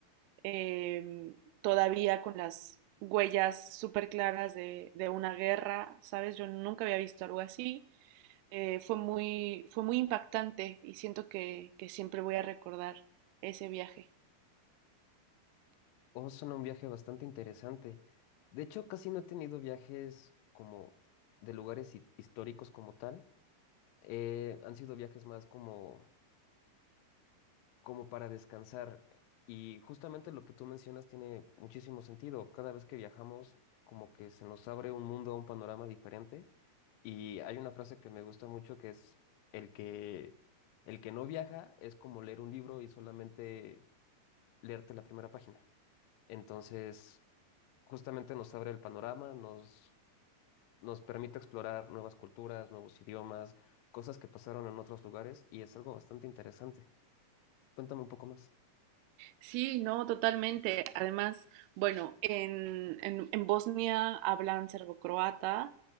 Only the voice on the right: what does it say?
em, todavía con las huellas súper claras de, de una guerra, ¿sabes? Yo nunca había visto algo así. Eh, fue muy, fue muy impactante y siento que, que siempre voy a recordar ese viaje.
Sí, no, totalmente. Además, bueno, en, en, en Bosnia hablan serbocroata